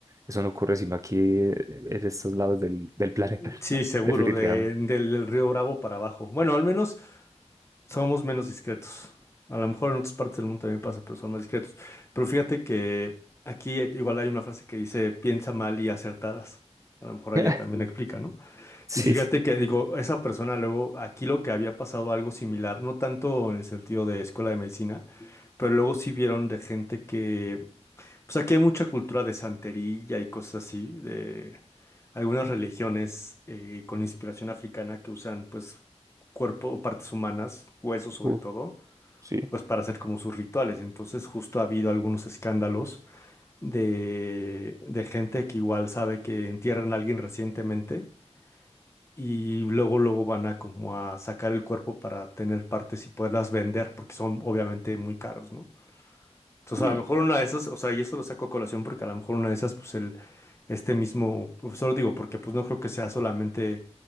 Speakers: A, on the right; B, on the left.
A: eso no ocurre sino aquí eh, en estos lados del, del planeta,
B: Sí,
A: <laughs>
B: seguro,
A: definitivamente.
B: de, del, del Río Bravo para abajo. Bueno, al menos somos menos discretos. A lo mejor en otras partes del mundo también pasa, pero son más discretos. Pero fíjate que aquí eh, igual hay una frase que dice piensa mal y acertadas. A lo mejor allá
A: <laughs>
B: también explica, ¿no?
A: Sí,
B: Y fíjate
A: sí.
B: que, digo, esa persona luego, aquí lo que había pasado algo similar, no tanto en el sentido de escuela de medicina, pero luego sí vieron de gente que pues aquí hay mucha cultura de santería y cosas así, de algunas religiones eh, con inspiración africana que usan pues cuerpo o partes humanas, huesos sobre
A: Uh,
B: todo,
A: sí,
B: pues para hacer como sus rituales. Entonces justo ha habido algunos escándalos de, de gente que igual sabe que entierran a alguien recientemente y luego luego van a como a sacar el cuerpo para tener partes y poderlas vender porque son obviamente muy caros, ¿no? Entonces,
A: uy,
B: a lo mejor
A: no.
B: una de esas, o sea, y esto lo saco a colación porque a lo mejor una de esas, pues el, este mismo profesor, digo, porque pues no creo que sea solamente